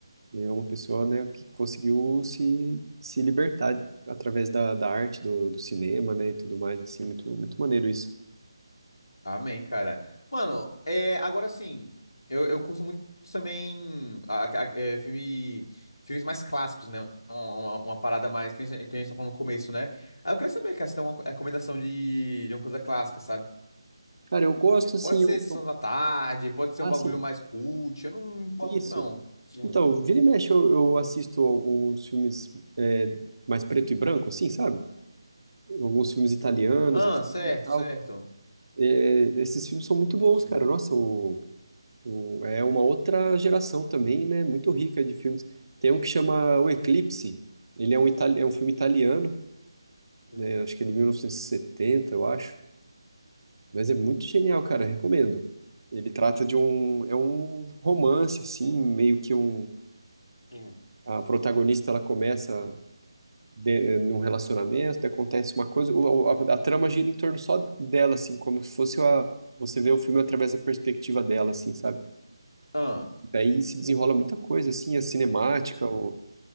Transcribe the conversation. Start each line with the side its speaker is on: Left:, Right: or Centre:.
Right: É uma pessoa, né? Que conseguiu se, se libertar através da, da arte, do, do cinema, né? E tudo mais, assim. Muito, muito maneiro isso.
Left: Amém, cara. Mano, é, agora sim, eu, eu curto muito também a, a- é, filme, filmes mais clássicos, né? Uma, uma- uma parada mais que a gente, que a gente tá falando no começo, né? Aí eu queria saber, cara, se tem uma recomendação de, de uma coisa clássica, sabe?
Right: Cara, eu gosto assim,
Left: Pode ser
Right: eu,
Left: Sessão
Right: eu-
Left: da Tarde, pode ser
Right: ah,
Left: um bagulho
Right: sim,
Left: mais cult, eu não gosto
Right: isso.
Left: muito não. Hum,
Right: Então, vira e mexe, eu, eu assisto alguns filmes é, mais preto e branco, assim, sabe? Alguns filmes italianos,
Left: Ah,
Right: assim,
Left: certo,
Right: e tal.
Left: certo.
Right: É, esses filmes são muito bons,
Left: hum,
Right: cara. Nossa, o, o- é uma outra geração também, né? Muito rica de filmes. Tem um que chama O Eclipse. Ele é um, itali é um filme italiano,
Left: hum,
Right: né? Acho que é de 1970, eu acho. Mas é muito genial, cara. Recomendo. Ele trata de um, é um romance, assim, meio que um
Left: hum,
Right: a protagonista ela começa de, eh, num relacionamento, acontece uma coisa, o- a, a trama gira em torno só dela, assim, como se fosse uma, você vê o filme através da perspectiva dela, assim, sabe?
Left: Ah.
Right: Daí se desenrola muita coisa, assim, a cinemática, o,